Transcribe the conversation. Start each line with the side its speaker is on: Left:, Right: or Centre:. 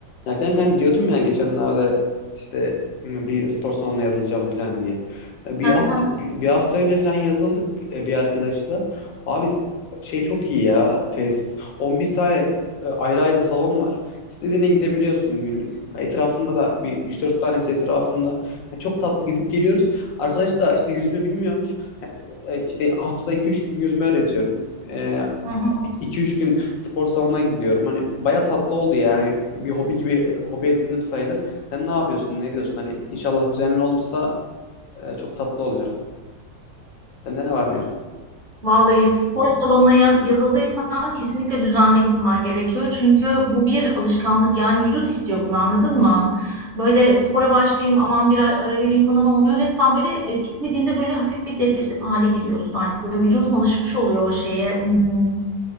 Left: Ya kanka hani diyordum ya geçenlerde işte "Hmm, bir spor salonuna yazılacağım falan diye. Bir
Right: Hı
Left: hafta
Right: hı,
Left: bir, bir hafta önce falan yazıldık e, bir arkadaşla. Abi şey çok iyi ya tesis. on bir tane e, ayrı ayrı salon var. İstediğine gidebiliyorsun günlük. Etrafımda da bir 3-4 tanesi etrafımda. Ha, çok tatlı gidip geliyoruz. Arkadaş da işte yüzme bilmiyormuş. Ha, e, İşte haftada iki üç gün yüzme öğretiyorum. E,
Right: hı hı.
Left: 2 üç gün spor salonuna gidiyorum. Hani baya tatlı oldu yani. Bir hobi gibi e, hobi edindim sayılır. Sen ne yapıyorsun? Ne diyorsun? Hani inşallah düzenli olursa e, çok tatlı olacak. Sende ne var ne yok?
Right: Vallahi spor salonuna yaz, yazıldıysan kesinlikle düzenli gitmen gerekiyor. Çünkü bu bir alışkanlık yani vücut istiyor bunu anladın mı? Böyle spora başlayayım aman bir ay ara vereyim falan olmuyor. Resmen böyle e, gitmediğinde böyle hafif bir depresif hale giriyorsun artık. Böyle vücudun alışmış oluyor o şeye. Hmm.